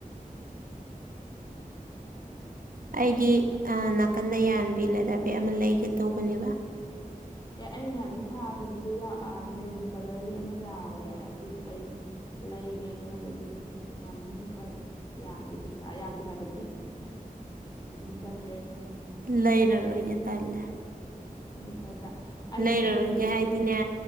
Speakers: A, on the right (about 70°); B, on the left (about 30°).
A: ꯑꯩꯒꯤ ꯅꯥꯀꯟꯗ ꯌꯥꯟꯕꯤ ꯂꯦꯗꯔ ꯕꯦꯒ ꯑꯃ ꯂꯩꯒꯦ ꯇꯧꯕꯅꯦꯕ
B: ꯑꯦ ꯑꯩꯅ ꯅꯍ ꯊꯥꯕꯗꯨꯗ ꯃꯦꯔꯨꯟ ꯀꯂꯔꯒꯤ ꯑꯃ ꯌꯥꯎꯋꯦ ꯑꯗꯨꯗꯣ ꯑꯩ ꯂꯩꯒꯦꯅ ꯈꯜꯂꯦ ꯑꯗꯨꯗꯤ ꯉꯝꯅꯤ ꯂꯨꯄꯥ ꯌꯥꯝꯗꯦ ꯄꯩꯁꯥ ꯌꯥꯝꯗꯦ ꯍꯥꯏꯕꯗꯤ ꯑꯗꯨꯝ ꯆꯥꯇ꯭ꯔꯦ ꯌꯥꯡ
A: ꯂꯩꯔꯔꯣꯏꯒꯦ ꯇꯜꯂꯦ
B: ꯑꯗꯨ ꯈꯔ ꯇꯥ ꯑꯩꯗꯤ
A: ꯂꯩꯔꯔꯣꯏꯒꯦ
B: ꯕꯦꯛ
A: ꯍꯥꯏꯗꯤꯅꯦ